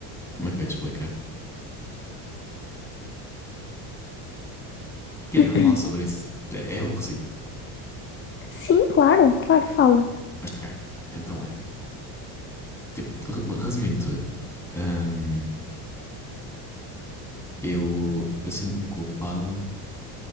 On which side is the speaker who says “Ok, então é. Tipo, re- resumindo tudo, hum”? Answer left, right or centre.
Centre